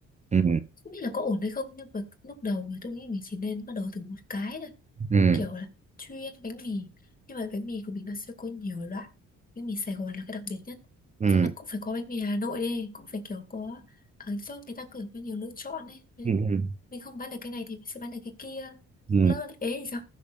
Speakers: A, on the right; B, on the left.
A: ừ
B: không biết là có ổn hay không nhưng mà lúc đầu thì tôi nghĩ mình chỉ nên bắt đầu từ một cái thôi
A: ừ
B: kiểu là chuyên bánh mì nhưng mà bánh mì của mình nó sẽ có nhiều loại bánh mì Sài Gòn là cái đặc biệt nhất
A: ừ
B: xong mà cũng phải có bánh mì Hà Nội đi cũng phải kiểu có ở chỗ người ta cử có nhiều lựa chọn ấy Đấy.
A: ừ, ừ.
B: mình không bán được cái này thì mình sẽ bán được cái kia
A: ừ.
B: không lỡ lại ế thì sao